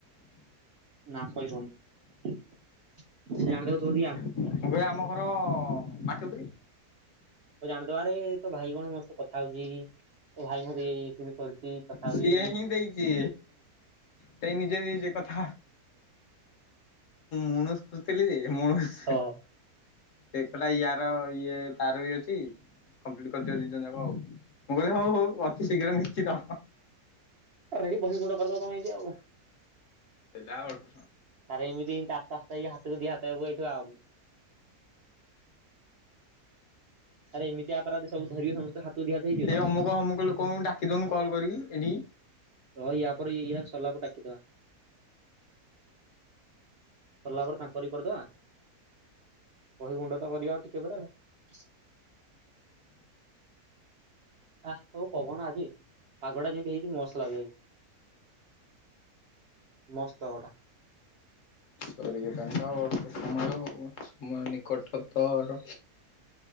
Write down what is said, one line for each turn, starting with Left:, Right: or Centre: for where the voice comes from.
Right: ନା କହିବନି ସେ ଆମକୁ ଥୋଡି
Left: ମୁଁ କହିଁ ଆମ ଘର ହ ମାଛ
Right: ଓ ଜାଣ ଦ୍ୱାରେ ତ ଭାଇ କଣ ସମସ୍ତେ କଥା ହଉଛି ଭାଇ ମୋତେ ଏଇ ସବୁ କରିଛି। ସେଇ କଥା ହୋଉଛି।
Left: ସିଏ ହିଁ ଦେଇଛି। ସେଇ ନିଜେ ଦେଇଛି କଥା ମନଷ ଖୋଯୁଥିଲି ଜେ ମନଷ
Right: ହଁ
Left: ସେକଲା ୟାର ତାର ବି ଅଛି କମ୍ପ୍ଲିଟ କରିଦିଅ ଦି ଜଣ ଯାକ ଆଉ ମୁଁ କହିଲି ହଉ ହଉ ଅତି ଶୀଘ୍ର ନିଶ୍ଚିତ।
Right: ରେଡି ବହି ଗୁଣ୍ଡ କରିଦବ ତମେ ଆଉ।
Left: ଶୋଇଲାଳୁ
Right: ତାର ଏମିତି ଏତି ଆସ୍ତେ ଆସ୍ତେ ହାତକୁ ଦି ହାତ ହେବ ଏଇଠୁ ଆବ ଆରେ ଏମିତି ଅପରାଧୀ ସବୁ ଧରିବ ସମସ୍ତେ ହାତ ଦି ହାତ ହେଇଯିବ।
Left: ଏଇ ଅମୁକ ଅମୁକ ଲୋକଙ୍କୁ ଡାକି ଦଉନୁ କଲ୍ କରିକି ଏଇଠି।
Right: ହ ୟା ପରେ। ତଲାକୁ ଡାକିଦବା। ସଲା ପରେ ତାଙ୍କରିି କରିଦବା। କହି ଗୁଣ୍ଡ ତ କରିବା ଆଉ ଟିକେ ପରେ ଆଉ । ଆ ତଉ ପବନ ଆଜି। ପାଗ ଟା ଯେମିତି ହେଇଛି ମସ ଲାଗୁଛି ଆଜି। ମସ୍ତ କଟା।
Left: ସରିଗଲାଣି ତ ଆଉ ଅଳ୍ପ ସମୟ ସମୟ ନିକଟତର।